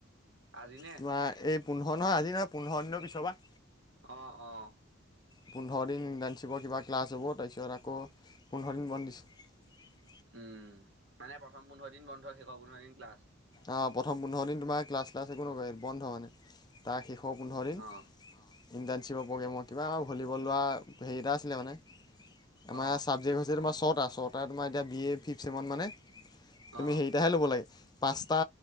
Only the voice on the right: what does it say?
আজি নে?
অ অ
উম মানে প্ৰথম পোন্ধৰ দিন বন্ধ শেষৰ পোন্ধৰ দিন ক্লাছ
অ',
অ',
অ',